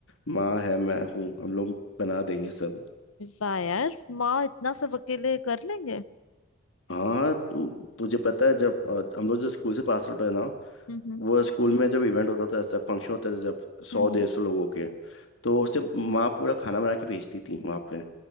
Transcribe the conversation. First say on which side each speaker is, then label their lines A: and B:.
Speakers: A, on the left; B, on the left.
A: माँ है मैं हूँ हम लोग बना देंगे सब
B: वाह यार माँ इतना सब अकेले कर लेंगे
A: हाँ हाँ तु- तुझे पता है जब अ, हम लोग जो स्कूल से पास आउट है ना
B: हम्म हम्म
A: वो स्कूल में जब इवेंट होता था ऐसा फंक्शन होते थे जब सौ
B: हम्म, हम्म,
A: डेढ़ सौ लोगों के तो उससे माँ पूरा खाना बना के भेजती थी वहाँ पे